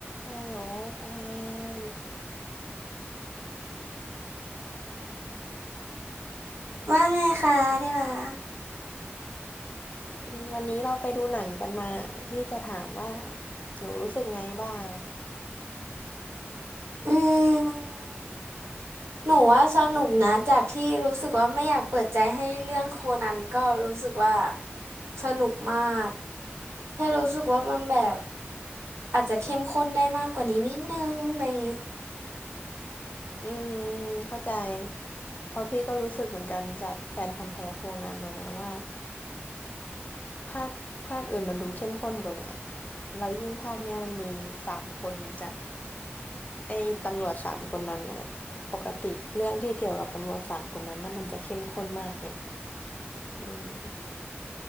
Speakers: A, on the left; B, on the right.
A: ฮัลโหลแฟน
B: ว่าไงคะที่รัก
A: อืมวันนี้เราไปดูหนังกันมาพี่จะถามว่าหนูรู้สึกไงบ้าง
B: อืมหนูว่าสนุกนะ จากที่รู้สึกว่าไม่อยากเปิดใจให้เรื่องโคนันก็รู้สึกว่าสนุกมากแค่รู้สึกว่ามันแบบอาจจะเข้มข้นได้มากกว่านี้นิดนึงอะไรอย่างงี้
A: อืมเข้าใจเพราะพี่ก็รู้สึกเหมือนกันจากแฟนพันธุ์แท้โคนันนะนะว่าภาคภาคอื่นมันดูเข้มข้นกว่าเนี่ยแล้วยิ่งภาคเนี้ยมันมีสามคนจากไอ้ตำรวจสามคนนั้นน่ะปกติเรื่องที่เกี่ยวกับตำรวจสามคนนั้นน่ะมันจะเข้มข้นมากไงอืม